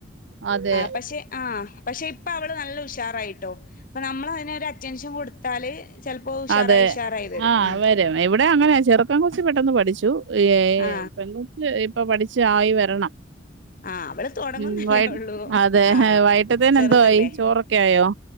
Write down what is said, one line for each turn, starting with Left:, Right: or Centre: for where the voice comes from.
Right: അതെ
Left: പക്ഷെ ആ പക്ഷെ ഇപ്പ അവള് നല്ല ഉഷ ഉഷാറായിട്ടോ അപ്പൊ നമ്മൾ അതിന് ഒരു അറ്റൻഷൻ കൊടുത്താല് ചെലപ്പോ ഉഷാറായി
Right: അതെ
Left: ഉഷാറായി വരും
Right: ആ
Left: ഉം
Right: വരും ഇവിടെ അങ്ങനെയ ചെറുക്കൻ കൊച്ചു കുറച്ച് പെട്ടെന്ന് പഠിച്ചു ഏ ഏ
Left: ആ
Right: പെൺകൊച്ചെ എ ഇപ്പോ പഠിച്ചു ആയി വരണം
Left: ആ അവിടെ തുടങ്ങുന്നല്ലേ
Right: ഉം വൈ
Left: ഉള്ളൂ
Right: അതെ
Left: ആഹആ
Right: വൈകിട്ടത്തേന്
Left: ചെറുതല്ലേ
Right: എന്തോ ആയി ചോറൊക്കെ ആയോ